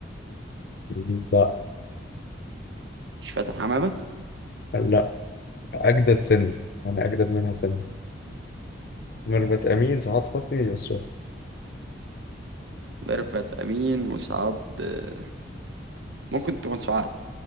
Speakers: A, on the left (about 55°); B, on the right (about 70°).
A: لا
B: مش فاتن حمامة
A: لا أجدد سني أنا أجدد منها سنة ميرفت أمين سعاد حسني يسرا
B: ميرفت أمين وسعاد آه، ممكن تكون سعاد